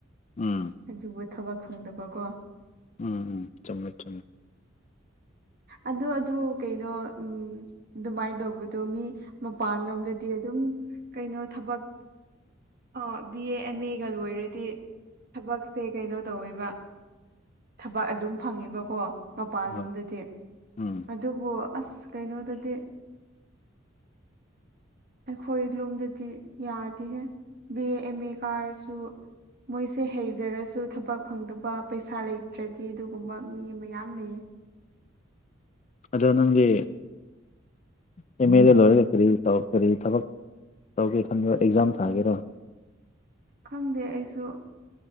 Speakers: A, on the left; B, on the right.
A: ꯎꯝ
B: ꯑꯗꯨꯕꯨ ꯊꯕꯛ ꯐꯪꯗꯕꯀꯣ
A: ꯎꯝ ꯎꯝ ꯆꯨꯝꯃꯦ ꯆꯨꯝꯃꯦ
B: ꯑꯗꯨ ꯑꯗꯨ ꯀꯩꯩꯅꯣ ꯎꯝ ꯑꯗꯨꯃꯥꯏꯅ ꯇꯧꯕꯗꯣ ꯃꯤ ꯃꯄꯥꯟꯂꯣꯝꯗꯗꯤ ꯑꯗꯨꯝ ꯀꯩꯅꯣ ꯊꯕꯛ ꯑ ꯕꯤ ꯑꯦ ꯑꯦꯝ ꯑꯦꯒ ꯂꯣꯏꯔꯗꯤ ꯊꯕꯛꯁꯦ ꯀꯩꯅꯣ ꯇꯧꯋꯦꯕ ꯊꯕꯛ ꯑꯗꯨꯝ ꯐꯪꯉꯦꯕꯀꯣ ꯃꯄꯥꯜꯂꯣꯝꯗꯗꯤ
A: ꯎꯝ ꯎꯝ
B: ꯑꯗꯨꯕꯨ ꯑꯁ ꯀꯩꯅꯣꯗꯗꯤ ꯑꯩꯈꯣꯏ ꯂꯣꯝꯗꯗꯤ ꯌꯥꯗꯦꯍꯦ ꯕꯤ ꯑꯦ ꯑꯦꯝ ꯑꯦ ꯀꯥꯔꯁꯨ ꯃꯣꯏꯁꯦ ꯍꯩꯖꯔꯁꯨ ꯊꯕꯛ ꯐꯪꯗꯕ ꯄꯩꯁꯥ ꯂꯩꯇ꯭ꯔꯗꯤ ꯑꯗꯨꯒꯨꯝꯕ ꯃꯤ ꯃꯌꯥꯝ ꯂꯩꯌꯦ
A: ꯑꯗꯣ ꯅꯪꯗꯤ ꯑꯦꯝ ꯑꯦꯗꯣ ꯂꯣꯏꯔꯒ ꯀꯔꯤ ꯇꯧ ꯀꯔꯤ ꯊꯕꯛ ꯇꯧꯒꯦ ꯈꯟꯕ꯭ꯔꯣ ꯑꯦꯛꯖꯥꯝ ꯊꯥꯒꯦꯔꯣ
B: ꯈꯪꯗꯦ ꯑꯩꯁꯨ